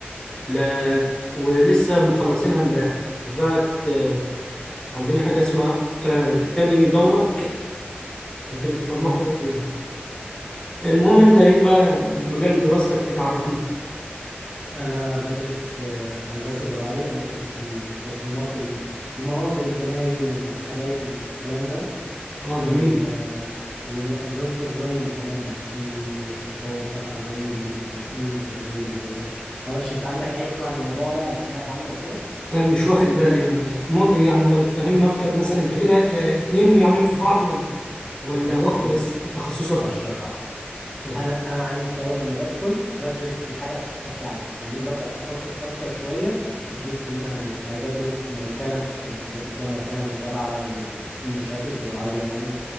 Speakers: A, on the left; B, in the centre.
A: ل...
B: امم
A: ولسه مخلصينها امبارح وبقت آه، عندنا حاجة اسمها آه، تاني دورة بتاعت الفارماكولوجيا
B: امم
A: المهم انت ايه بقى مجال دراستك كده عرفني
B: انا بدرس آه، هندسة زراعية بدرس التصميمات ال- المناظر الجناين الحدائق الكلام ده
A: اه
B: وال
A: جميل
B: والأنظمة الري كمان الرشاشات بقى الري اللي بالتنقيط الري اللي بالرش معرفش انت عندك علم عن الموضوع ده او سمعت عنه او كده
A: آه، مش واخد بالي يعني مو يعني لو تفهمنا اكتر مثلا انت كده آه، اتنين يعني في بعض ولا ولا
B: يا
A: واحدة
B: بص
A: بس تخصصك
B: هشرح لك
A: اتفضل
B: انا انا عندي في الاول لما بدخل بدرس الحاجه بش- بشكل عام بعدين ببدا اتخصص اكتر شويه في الجزء اللي انا هدرسه عايز ادرس ميكنه الحاجات اللي فيها ميكنه اللي تابعه للمنشآت الزراعيه يعني